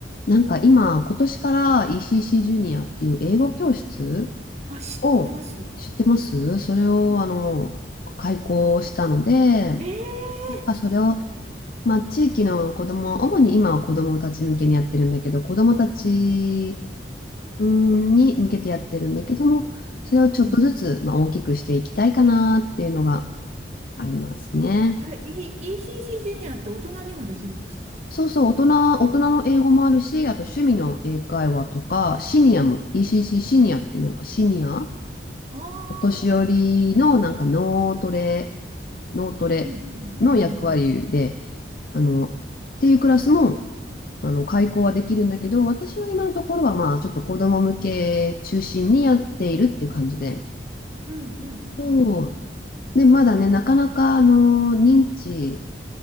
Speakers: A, on the left (about 50°); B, on the right (about 35°).
A: なんか今、今年から ECC ジュニアっていう英語教室
B: あ、知ってますよ。
A: を知ってますそれをあの開講したので、
B: うんええ
A: なんかそれを、まあ、地域の子ども主に今は子どもたち向けにやってるんだけど、子どもたちうんに向けてやってるんだけども、それをちょっとずつ、
B: うん。
A: まあ、大きくしていきたいかなっていうのがありますね。
B: あれ、E- c c ジュニアって大人にもできるんですかあれって。
A: そうそう、大人、大人の英語もあるし、あと趣味の英会話とか、シニアも、ECC シーシーシニアってなんかシニア
B: あ
A: お年寄りのなんか脳トレ、
B: あー、
A: 脳トレの役割で、
B: うんうんうんうん。
A: あの、っていうクラスも、あの、開講はできるんだけど、私は今のところは、まあ、ちょっと子供向け中心にやっているっていう感じで。
B: うんうんうんうん。
A: そう。で、まだね、
B: えー、
A: なかなか、あの、認知、